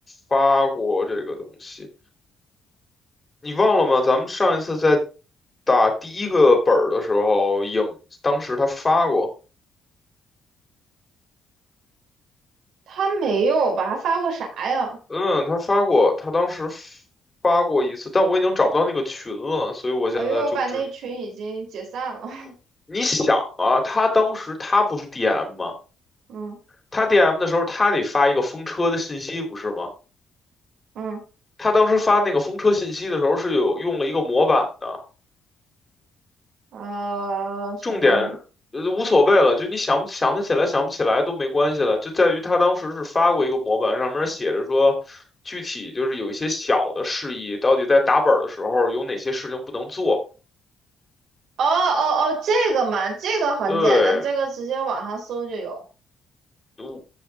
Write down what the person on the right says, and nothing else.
他没有吧？他发过啥呀？
哎呦，我把那群已经解散了。
<laughs> 嗯
嗯。
啊、什么母？
哦哦哦，这个嘛，这个很简单，
这个直接网上搜就有。